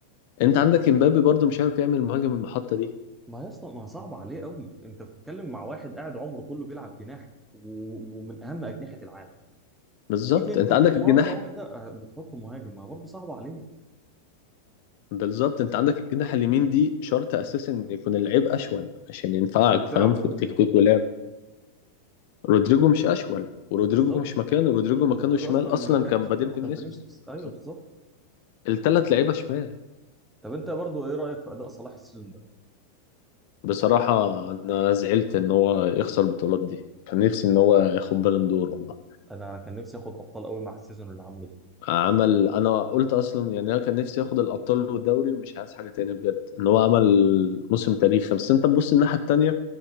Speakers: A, on the left; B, in the centre.
A: انت عندك امبابي برضو مش عارف يعمل مهاجم المحطة دي
B: ما هي اصلا ما صعب عليه قوي انت بتتكلم مع واحد قاعد عمره كله بيلعب جناح و... ومن اهم اجنحه العالم
A: بالظبط
B: جيت انت
A: انت
B: في
A: عندك الجناح
B: مره واحده آه، بتحط مهاجم ما برضه صعب عليه
A: بالظبط انت عندك الجناح اليمين دي شرط اساسا ان يكون اللعيب اشول عشان ينفعك
B: انت بتلعب
A: فاهم في
B: برودريجو
A: التكتيك ولعب رودريجو مش اشول ورودريجو
B: بالظبط
A: مش مكانه رودريجو مكانه
B: ورودريجو
A: شمال
B: اصلا ما
A: اصلا
B: كان
A: كان
B: شمال
A: بديل
B: ما
A: فينيسيوس
B: كان فينيسيوس
A: بالظبط
B: ايوه بالظبط
A: الثلاث لعيبة شمال
B: طب انت برضه ايه رايك في اداء صلاح السيزون ده
A: بصراحة انا زعلت ان هو يخسر البطولات دي كان نفسي ان هو ياخد بالون دور والله
B: انا كان نفسي اخد ابطال قوي مع السيزون اللي عامله ده
A: عمل انا قلت اصلا يعني انا كان نفسي ياخد الابطال والدوري ومش عايز حاجه تاني بجد ان هو عمل موسم تاريخي بس انت تبص الناحيه التانيه